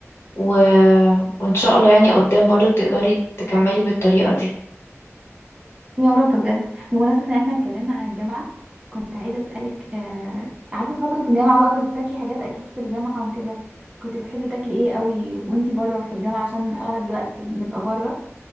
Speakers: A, on the left (about 55°); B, on the right (about 20°).
A: و... وإن شاء الله يعني قدام برضو تقدري تكملي بالطريقة دي
B: يا رب بجد بمناسبة ان احنا اتكلمنا عن الجامعة كنت عايزة اسألك آه عارفة فترة الجامعة بقى كنت بتاكلي حاجات اكيد في الجامعة وكده كنت بتحبي تاكلي ايه قوي وانتي بره في الجامعة عشان اغلب الوقت بنبقى بره